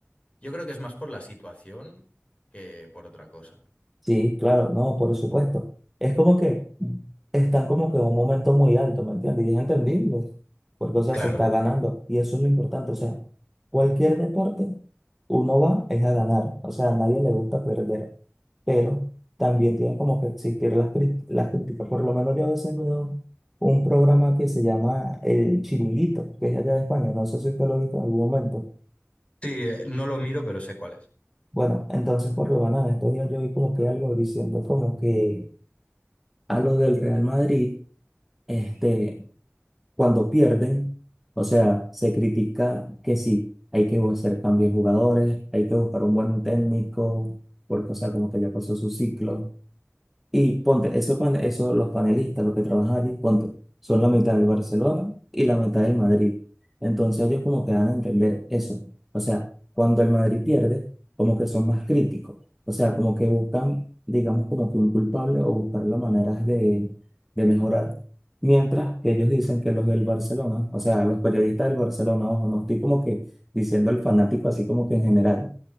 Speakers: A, on the left; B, in the centre.
A: yo creo que es más por la situación que por otra cosa.
B: Sí, claro, no, por supuesto. Es como que están como que en un momento muy alto, ¿me entiendes? Y es entendible, porque o sea,
A: Claro,
B: se está ganando y eso es lo importante. O sea, cualquier deporte, uno va es a ganar, o sea, a nadie le gusta perder. pero también tienen como que existir las, cri- las críticas. Por lo menos yo a veces veo un programa que se llama El Chiringuito, que es de allá de España, no sé si usted lo ha visto en algún momento.
A: sí, eh, no lo miro, pero sé cuál es.
B: Bueno, entonces por lo menos en estos días yo vi como que algo diciendo como que a los del Real Madrid, este, cuando pierden, o sea, se critica que sí, hay que hacer cambios de jugadores, hay que buscar un buen técnico, porque o sea, como que ya pasó su ciclo. Y ponte, esos pan esos- los panelistas, los que trabajan allí, ponte, son la mitad del Barcelona y la mitad del Madrid. Entonces ellos como que dan a entender eso. O sea, cuando el Madrid pierde, como que son más críticos. O sea, como que buscan, digamos, como que un culpable o buscar las maneras de, de mejorar. Mientras que ellos dicen que los del Barcelona, o sea, los periodistas del Barcelona, ojo, no estoy como que diciendo el fanático así como que en general